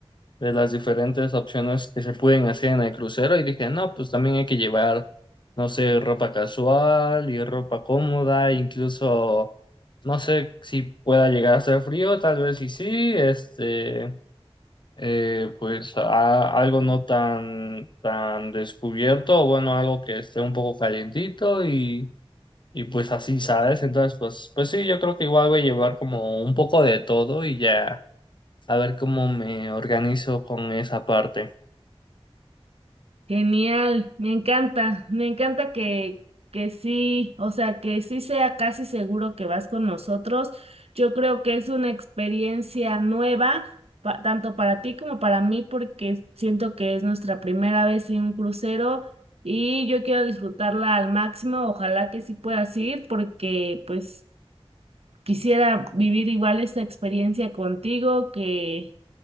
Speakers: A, on the left; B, on the right.
A: de las diferentes opciones que se pueden hacer en el crucero y dije, no, pues también hay que llevar, no sé, ropa casual y ropa cómoda, incluso, no sé si pueda llegar a hacer frío, tal vez sí sí, este... eh, pues a- algo no tan, tan descubierto, o bueno, algo que esté un poco calientito y, y pues así, ¿sabes? Entonces, pues, pues sí, yo creo que igual voy a llevar como un poco de todo y ya a ver cómo me organizo con esa parte.
B: Genial, me encanta, me encanta que, que sí, o sea, que sí sea casi seguro que vas con nosotros. Yo creo que es una experiencia nueva, pa- tanto para ti como para mí, porque siento que es nuestra primera vez en un crucero y yo quiero disfrutarla al máximo. Ojalá que sí puedas ir, porque pues quisiera vivir igual esta experiencia contigo, que.